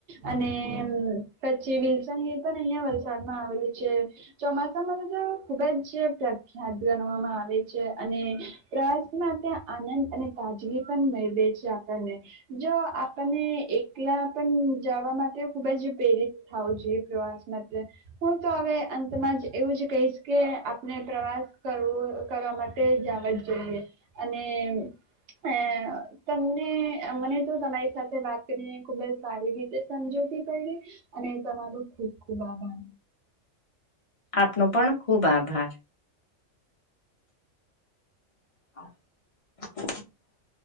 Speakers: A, on the right (about 65°); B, on the left (about 45°).
A: અને પછી વિલસન અહં વલસાડમાં આવેલી છે, ચોમાસામાં ખુબજ પ્ર ગવામાં આવે પ્રસમાં, ત્યાં આનંદ અને તાજગી પણ મેળવે છે. ને જો, આપને એકલા પણ જવા માટે ખુબજ પ્રેરિત થાવું, જોઈએ પ્રવાસ માટે હું, તો હવે જ એવું જ કહીશ, કે આપણે પ્રવાસ. કરવું, કરવા માટે જાવ જ જોઈએ, અને હ, તમ મને તો તમારી સાથે વાત કરીને ખુબજ, સારી રીતે સમજતી, પડ અને હું, ખૂબ, ખૂુબ આભાર.
B: આપનો પણ ખુબ, આભાર. <inaudible>